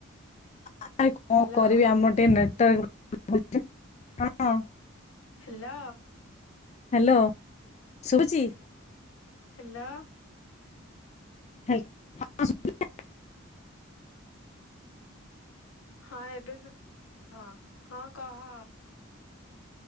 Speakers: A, on the left; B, on the left.
A: ନାଇଁ କଣ
B: ହେଲୋ
A: କରିବି ଆମର ଟିକେ ନେଟୱାର୍କ <unintelligible>
B: ହେଲା
A: ହ୍ୟାଲୋ ଶୁଭୁଛିି
B: ହାଲୋ
A: <unintelligible>
B: ହଁ ଏବେ ଶୁଭୁ ହଁ ହଁ କହ।